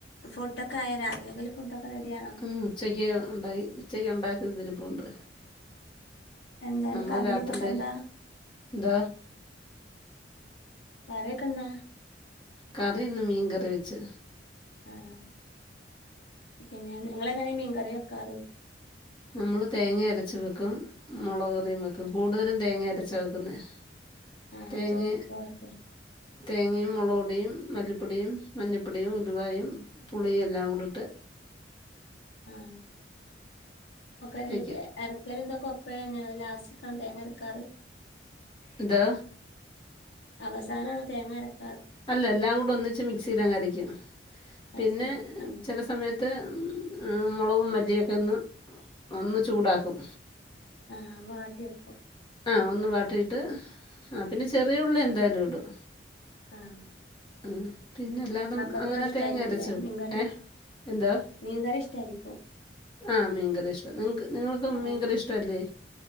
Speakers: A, on the left (about 70°); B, on the left (about 30°).
A: ഫുഡൊക്കെ ആയ രാത്രിക്കെക്ക്ല്ലേ ഫുഡൊക്കെ റെഡിയാണോ
B: ഉം ഉച്ചയ്ക്ക് ഉണ്ടാക്ക ഉച്ചയ്ക്ക് ഉണ്ടാക്കിയതിരിപ്പുണ്ട്
A: എന്താണ്
B: നമ്മള്
A: കറിന്നൊക്കെ
B: രാത്രില്
A: എന്താ
B: എന്താ
A: കറിക്കെ എന്താ
B: കറി ഇന്ന് മീൻ കറി വെച്ച്
A: ആഹ് പിന്നെ നിങ്ങള് എങ്ങനെ മീൻകറി വെക്കാറ്
B: നമ്മള് തേങ്ങ അരച്ചു വെക്കും മുളകറിയും വെക്കും കൂട്തലും തേങ്ങ അരച്ച് വെക്ക്ന്നെ <unintelligible>
A: ആഹ് ചോ ചോറെക്കല്
B: തേങ്ങയും മുളക്പ്പൊടിയും മല്ലിപ്പൊടിയും മഞ്ഞപ്പൊടിയും ഉലുവായും പുളിയും എല്ലാം കൂടിട്ട്
A: ആഹ് <unintelligible>
B: വയ്ക്കും
A: അരക്കലും ഇതൊക്കെ ഒപ്പഴന്നെയാണ് അത് ലാസ്റ്റിക്കാണോ തേങ്ങ അരക്കാറ്
B: ന്താ
A: അവസാനാണോ തേങ്ങ അര
B: അല്ല എല്ലാ കൂടെ ഒന്നിച്ച് മിക്സില്ലങ്ങ് അരക്കും
A: അത്
B: പിന്നെ
A: ശരി ആഹ്
B: ചെല സമയ ത്ത് മൊളകും മല്ലിയൊക്കെ ഒന്ന് ഒന്ന് ചൂടാക്കും
A: ആഹ് വാട്ടി വെക്കും
B: ആഹ് ഒന്ന് വാട്ടിയിട്ട് ആ പിന്നെ ചെറിയ ഉള്ളി എന്തായാലും ഇടും
A: ആഹ്
B: ആഹ് പിന്നെ എല്ലാതെ
A: മക്കക്കൊക്കെ
B: അങ്ങനെ
A: ഇഷ്ടായിരിക്കൂല്ലേ
B: തേങ്ങ അരച്ചു വെ
A: മീൻകറി
B: ഏഹ് എന്താ
A: മീൻകറി ഇഷ്ടായിരിക്കും
B: ആഹ് മീൻകറിയാ ഇഷ്ട്ടം നിങ്ങക്ക് നിങ്ങൾക്ക്
A: ആഹ്
B: മീൻകറി ഇഷ്ട്ടവല്ലേ